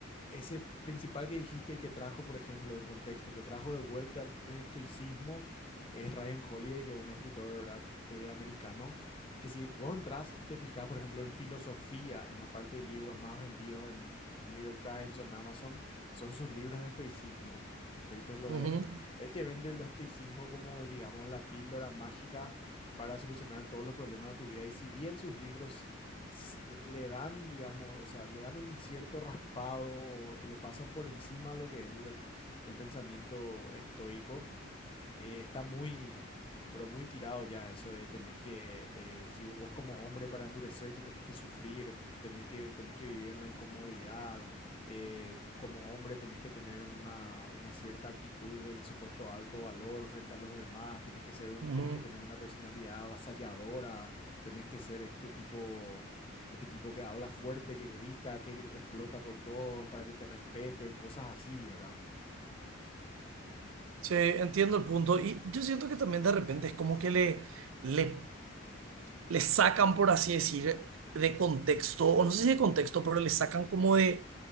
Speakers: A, on the left; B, on the right.
A: ese principal que dijiste y que trajo, por ejemplo, en contexto, que trajo de vuelta el estoicismo, es Ryan Holiday, que es un escritor eh, americano, que si vos entras y te fijas, por ejemplo, en filosofía, en la parte de libros más vendidos en New York Times o en Amazon, son sus libros de estoicismo, toditos los
B: Ujú,
A: de él. Él te vende el estoicismo como, digamos, la píldora mágica para solucionar todos los problemas de tu vida. Y si bien sus libros s- le dan, digamos, o sea, le dan un cierto raspado o le pasan por encima lo que es el, el pensamiento estoico eh, está muy, pero muy tirado ya eso de tenés que, eh, si vos como hombre para endurecerte tenés que sufrir, tener que, tenés que vivir en la incomodidad, eh, como hombre tenés que tener una, una cierta actitud del supuesto alto valor frente a los demás, tenés que ser un,
B: ujú.
A: tenés que tener una personalidad avasalladora, tenés que ser este tipo, este tipo que habla fuerte, que grita, que explota por todos para que te respeten, cosas así, ¿verdad?
B: Sí, entiendo el punto. Y yo siento que también de repente es como que le, le, le sacan, por así decir, de contexto, o no sé si de contexto, pero le sacan como de